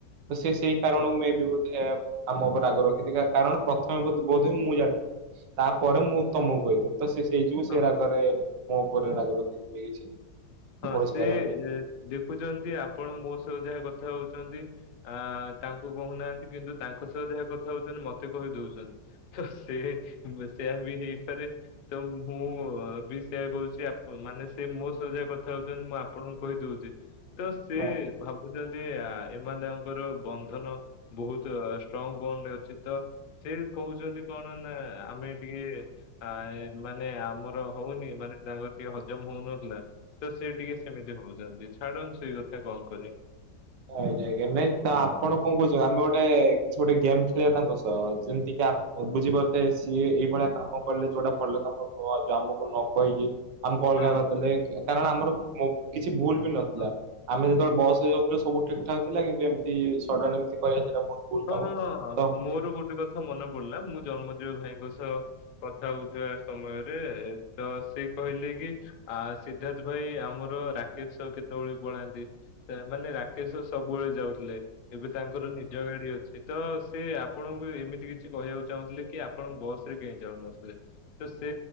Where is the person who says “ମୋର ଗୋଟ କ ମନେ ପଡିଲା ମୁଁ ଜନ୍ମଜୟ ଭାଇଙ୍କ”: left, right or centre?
Left